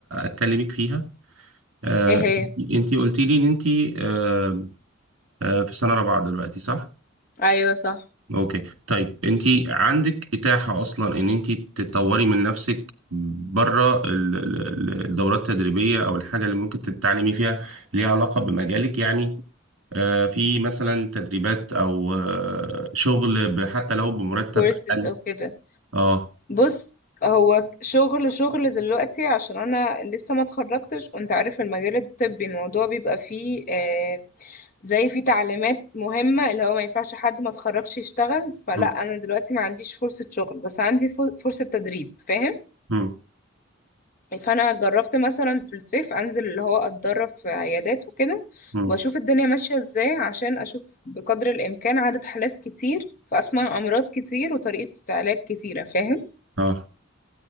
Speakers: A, on the right (about 80°); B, on the left (about 40°).
A: اكلمك فيها آه،
B: ايه هي
A: انتي قلت لي ان انتي آه، آه، في سنة رابعة دلوقتي صح؟
B: ايوه صح
A: اوكي طيب انتي عندك اتاحة اصلا ان انتي تطوري من نفسك بره ال- ال- الدورات التدريبية او الحاجة اللي ممكن تتعلمي فيها ليها علاقة بمجالك يعني آه، في مثلا تدريبات او آه، شغل ب- حتى لو بمرتب
B: كورسز
A: اقل
B: او كده
A: اه
B: بص هو شغل شغل دلوقتي عشان انا لسه ما اتخرجتش وانت عارف المجال الطبي الموضوع بيبقى فيه آه زي فيه تعليمات مهمة اللي هو ما ينفعش حد ما اتخرجش يشتغل فلا
A: مم،
B: انا دلوقتي ما عنديش فرصة شغل بس عندي فر- فرصة تدريب فاهم
A: مم،
B: فانا جربت مثلا في الصيف انزل اللي هو اتدرب في عيادات وكده
A: مم.
B: واشوف الدنيا ماشيه ازاي عشان اشوف بقدر الامكان عدد حالات كتير فاسمع امراض كتير وطريقه علاج كتيره فاهم
A: اه